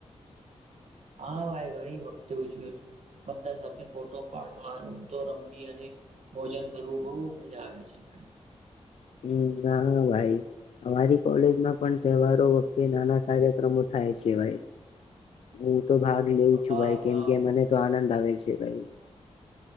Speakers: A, on the right; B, on the left.
A: <inaudible> હા ભાઈ ઘણી વખતે ઉજ્યો છું બધા સાથે ફોટો પાડવા રમતો રમવી અને. ભોજન કરવું બહુ મજા આવે છે ભાઈ.
B: હમ હા ભાઈ. અમારી કોલેજમાં પણ તહેવારો વખતે નાના કાર્યક્રમો થાય છે ભાઈ. હમ. તો ભાગ લેઉ છું
A: વાહ
B: ભાઈ
A: વાહ
B: કેમ કે મને તો આનંદ આવે છે ભાઈ.